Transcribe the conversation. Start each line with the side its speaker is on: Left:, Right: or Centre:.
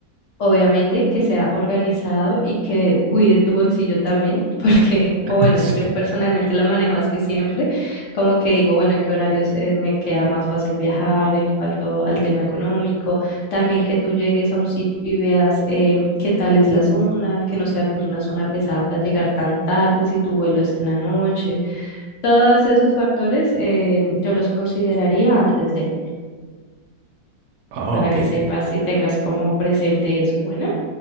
Left: obviamente que sea organizado y que cuide tu bolsillo también, <laughs> porque
Right: <laughs>
Left: o bueno,
Right: sí.
Left: yo personalmente lo manejo así siempre, como que digo, bueno, en qué horarios eh, me queda más fácil viajar en cuanto al tema económico, también que tú llegues a un sitio y veas eh, qué tal es la zona, que no sea de pronto una zona pesada para llegar tan tarde, si tu vuelo es en la noche. Todos esos factores eh, yo los consideraría antes de
Right: Ah,
Left: para
Right: ok.
Left: que sepas y tengas como presente eso. Bueno,